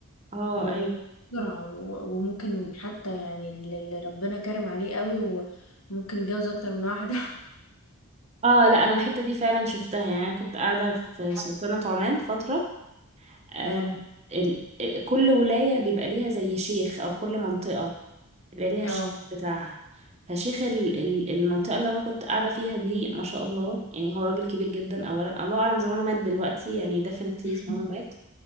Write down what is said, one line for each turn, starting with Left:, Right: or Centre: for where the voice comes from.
Right: اه
Left: وبسرعة
Right: أيوه
Left: و- وممكن حتى يعني اللي اللي ربنا كرم عليه قوي وممكن يتجوز اكتر من واحدة
Right: اه لا أنا الحتة دي فعلا شفتها يعني أنا كنت قاعدة في
Left: <laughs>
Right: سلطنة عمان فترة آه
Left: اه
Right: ال... آه، كل ولاية بيبقى ليها زي شيخ أو كل منطقة يبقى ليها
Left: اه
Right: الشيخ بتاعها فشيخ ال- ال- المنطقة اللي أنا كنت قاعدة فيها دي ما شاء الله يعني هو راجل كبير جدا أولا الله أعلم زمانه مات دلوقتي يعني definitely
Left: <laughs>
Right: زمانه مات